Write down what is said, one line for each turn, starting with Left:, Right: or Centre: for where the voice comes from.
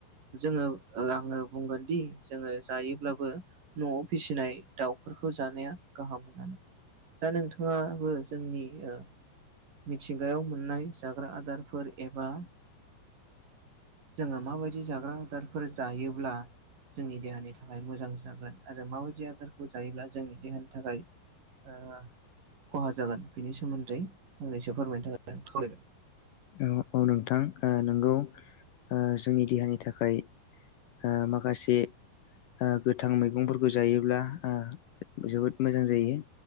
Right: जोङो ओ आङो बुंगोन दि जोङो जायोब्लाबो न'आव फिसिनाय दाउफोरखौ जानाया गाहाम होननानै। दा नोंथाङाबो जोंनि ओ मिथिंगायाव मोननाय जाग्रा आदारफोर एबा जोङो माबायदि जाग्रा आदारफोर जायोब्ला जोंनि देहानि थाखाय मोजां जागोन आरो माबायदि आदारखौ जायोब्ला जोंनि देहानि थाखाय ओ खहा जागोन बेनि सोमोन्दै फंनैसो फोरमायनो थाखाय खावलायबाय।
Left: औ अ नोंथां ओ नोंगौ ओ जोंनि देहानि थाखाय ओ माखासे ओ गोथां मैगंफोरखौ जायोब्ला ओ जोबोद मोजां जायो।